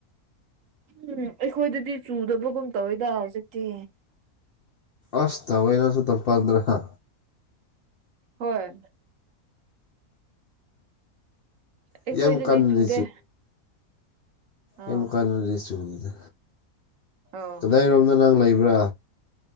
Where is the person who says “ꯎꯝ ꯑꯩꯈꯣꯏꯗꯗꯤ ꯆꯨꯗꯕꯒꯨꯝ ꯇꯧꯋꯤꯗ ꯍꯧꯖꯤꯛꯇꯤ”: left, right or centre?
Right